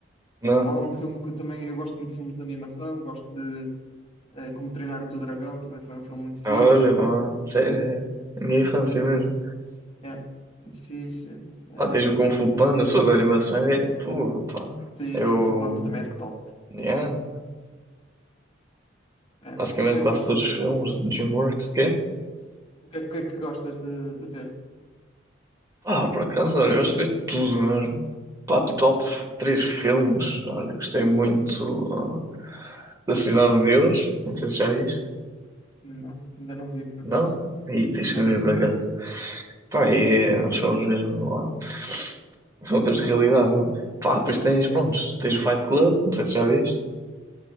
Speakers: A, on the right (about 20°); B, on the left (about 30°).
A: Não.
B: Há um filme que eu também... Eu gosto muito de filmes de animação, gosto de eh, Como Treinar o Teu Dragão, também foi um filme muito fixe.
A: Olha, mano, isso é a minha infância mesmo.
B: Yeah, muito fixe. Eh,
A: Pá, tens o Kung Fu Panda, suas animações é tipo, pá,
B: sim,
A: eu,
B: Kung Fu Panda também é top.
A: yeah,
B: É,
A: basicamente
B: Mas o que é
A: quase
B: que gostas?
A: todos os filmes
B: O que, que,
A: do DreamWorks, que é?
B: O que é, o que é que gostas de, de ver?
A: Ah, por acaso, olha, eu gosto de ver tudo mesmo. Pá, tipo, lá três filmes, olha, gostei muito ah, da Cidade de Deus, não sei se já viste,
B: Não, ainda não vi por
A: não?
B: acaso.
A: E tens
B: Não.
A: que ver por acaso. Pá, e é, uns filmes mesmo, ó, são outras realidades, mano. Pá, depois tens, pronto, tens o Fight Club, não sei se já viste.